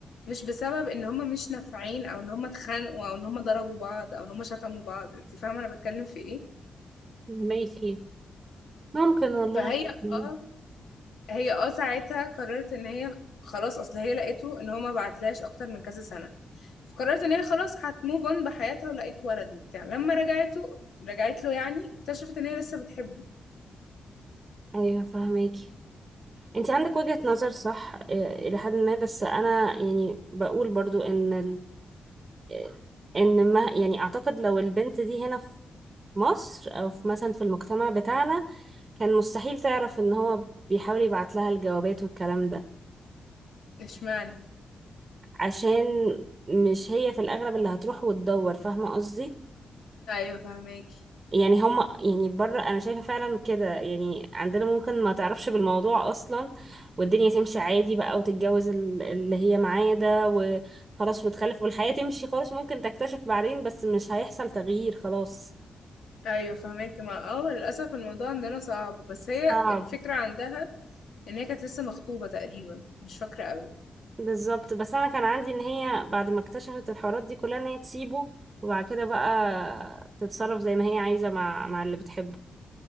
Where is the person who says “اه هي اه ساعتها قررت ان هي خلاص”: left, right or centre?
Left